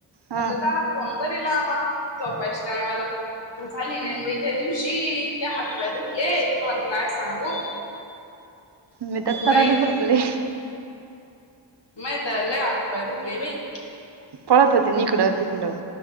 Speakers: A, on the right; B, on the left.
A: हा
B: म्हटलं, चला फोन तरी लावा. झोपायच्या टायमाला मग झाली नाही. मग त्या दिवशी इतके हातपाय दुखले तूम्हाला काय सांगू
A: मी त तराट
B: लई
A: झोपले
B: माये त लय हात पाय दूखले बाई
A: पळत होती. निकडं तिकडं